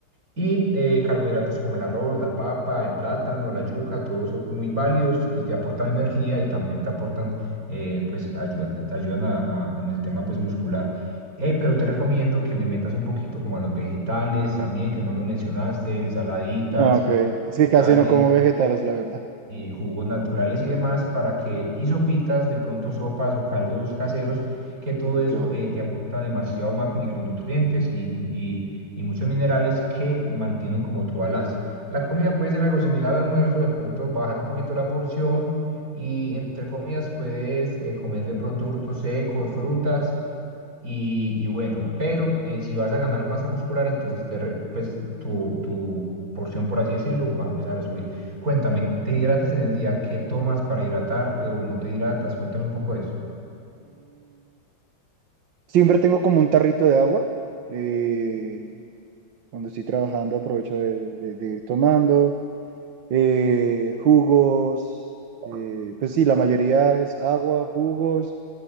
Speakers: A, on the right; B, on the right.
A: Y eh, carbohidratos como el arroz, la papa, el plátano, la yuca, todos son muy válidos y te aportan energía y también te aportan, eh, pues ayuda- te ayudan a- a- en el tema pues muscular. Eh, pero te recomiendo que le metas un poquito como a los vegetales también, que no los mencionaste, ensaladitas,
B: Ah, Ok, es
A: vegetales
B: que casi no como vegetales, la verdad.
A: y jugos naturales y demás para que, y sopitas, de pronto sopas o caldos caseros, que todo
B: Ok.
A: eso eh, te aporta demasiado macro, micronutrientes y, y, y- y muchos minerales que mantienen como tu balance. La comida puede ser algo similar al almuerzo, de pronto bajar un poquito la porción y entre comidas puedes eh, comer de pronto frutos secos, frutas y, y bueno, pero eh, si vas a ganar masa muscular, entonces te re- pues, tu, tu porción, por así decirlo, va a empezar a subir. Cuéntame, ¿te hidratas en el día? ¿Qué tomas para hidratarte o no te hidratas? Cuéntame un poco de eso.
B: Siempre tengo como un tarrito de agua. eh, cuando estoy trabajando aprovecho de, de- de ir tomando. eh, jugos, eh, pues sí, la mayoría es agua, jugos.